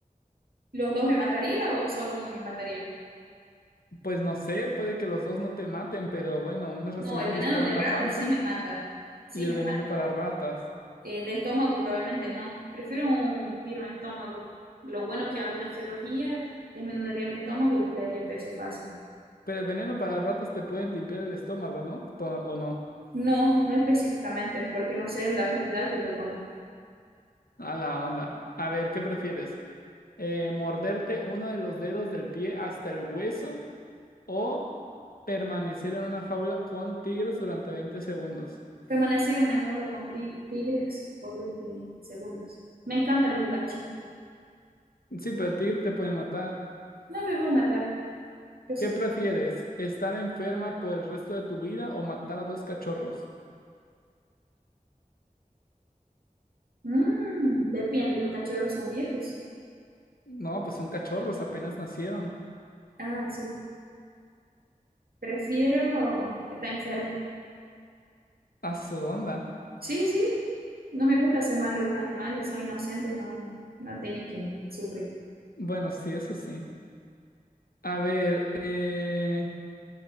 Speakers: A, on the right; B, on the left.
A: ¿Los dos me mataría o solo uno me mataría?
B: Pues no sé, puede que los dos no te maten, pero bueno, uno es recibir
A: No, el
B: un
A: veneno
B: disparo
A: de
B: en la
A: rata
B: panza
A: sí me mata. Sí
B: y el
A: me
B: veneno para ratas.
A: Eh, de estómago probablemente no. Prefiero un tiro en estómago. Lo bueno que hago una cirugía, disminuiría mi estómago y perdería peso fácil.
B: Pero el veneno para ratas te pueden limpiar el estómago, ¿no? To- ¿O no?
A: No, no específicamente, porque no sé la cantidad que voy a comer.
B: A la onda. A ver, ¿qué prefieres? Eh, ¿morderte uno de los dedos del pie hasta el hueso o permanecer en una jaula con tigres durante 20 segundos?
A: Permanecí en una jaula con tri- tigres por 20 segundos. Me encantan los gachinos.
B: Sí, pero el tigre te puede matar.
A: No me voy a matar. Yo sé.
B: ¿Qué prefieres? ¿Estar enferma por el resto de tu vida o matar a dos cachorros?
A: Mm, depende, los cachorros son viejos.
B: No, pues son cachorros, apenas nacieron.
A: Ah, sí. Prefiero estar enfermo.
B: A su onda.
A: Sí, sí, no me gusta hacer mal a los animales, son inocentes, no, no tienen que sufrir.
B: Bueno, sí, eso sí. A ver, eh,